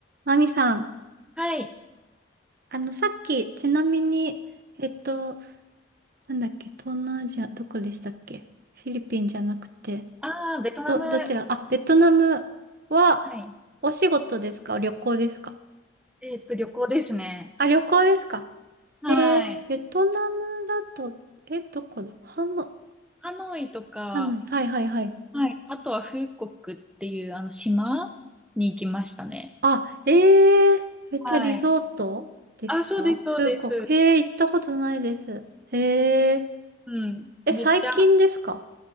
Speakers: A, on the right; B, in the centre.
A: マミさん、
B: はい。
A: あの、さっき、ちなみに、えっと、なんだっけ、東南アジア、どこでしたっけフィリピンじゃなくて、
B: ああ、ベトナム。
A: ど、どちら、
B: は
A: あ、ベトナムは、
B: い。
A: お仕事ですか旅行ですか
B: えっと、旅行ですね。
A: あ、旅行ですか
B: はい。
A: えー、ベトナムだと、え、どこだハノ、
B: ハノイとか、
A: ハノイ、はいはいはい。
B: はい。あとはフーコックっていうあの島に行きましたね。
A: あ、えー、めっちゃリゾートですかフーコク、
B: はい。あ、そうです、そうです。
A: えー、行ったことないです。えー、
B: うん。
A: え、
B: めっちゃ、
A: 最近ですか